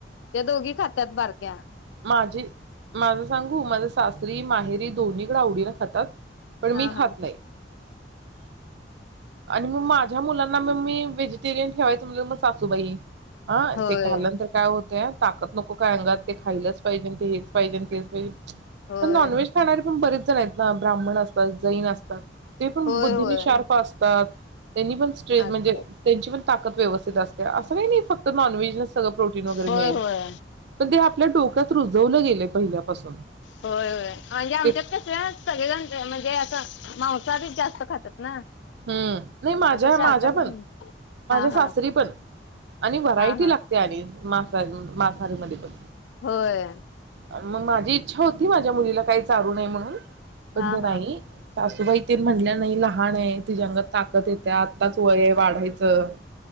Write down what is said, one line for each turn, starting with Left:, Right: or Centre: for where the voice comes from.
Left: त्या दोघी खट्यात बरक्या
Right: माझे माझं सांगू माझ शास्री माहेरी दोन्हीकडे आवडीला खातात पण
Left: हा
Right: मी
Left: हा
Right: खात नाहीय आणि मग माझ्या मुलांना मग मी व्हेजिटेरियन ठेवायचं म्हणजे मग सासूबाई ह
Left: होय
Right: ते कालंनंतर काय होतय ताकत नको काय अंगात ते खायलाच पाहिजे ते हेच पाहिजे तेच
Left: होय
Right: पण नॉनव्हेज खाणार पण बरेच <unintelligible> ना ब्राह्मण असतात जैन असतात. ते पण
Left: होय
Right: बुद्धीनी
Left: होय
Right: शार्प अस् तात. त्यांनी पण स्ट्रेंथ
Left: असतात
Right: म्हणजे त्यांची पण ताकद व्यवस्थित अस् असं काही नाही फक्त नॉनव्हेजणेच सगळं प्रोटीन वगैरे मिळेल.
Left: होय होय
Right: पण ते आपल्या डोक्यात रुजवलं गेलय पहिल्यापासून
Left: होय होय म्हंजे आमच्यात
Right: ते
Left: कस सगळेजण म्हणजे असं मांसाहारीच जास्त खात्यात ना
Right: हुं नाई माझ्या
Left: असं शाकाहारी
Right: माझ्या पण
Left: नाही
Right: माझ्या
Left: हा
Right: सासरी
Left: हा
Right: पण आणि व्हरायटी
Left: हा हा
Right: लागते आणि मा्ं मासाहारीमध्ये पण
Left: होय.
Right: मंग माझी इच्छा होती. माझ्या मुलीला काय चारू नये म्हणून पण
Left: हा
Right: तो नाही
Left: हा
Right: सासूबाई तेन म्हणल्या नाही लहानये. तिच्या अंगात ताकत येतीया आत्ताच वय वाढायचं